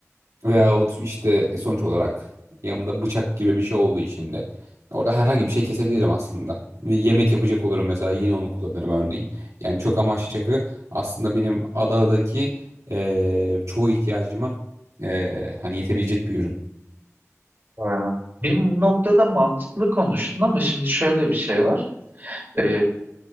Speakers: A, on the right; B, on the right.
A: veyahut işte e, sonuç olarak yanımda bıçak gibi bir şey olduğu için de orada herhangi bir şey kesebilirim aslında. Ve yemek yapacak olurum mesela yine onu kullanırım örneğin. Yani çok amaçlı çakı aslında benim adadaki eee, çoğu ihtiyacıma eee, hani yetebilecek bir ürün.
B: Ha. Bir noktada mantıklı konuştun ama şimdi şöyle bir şey var. E,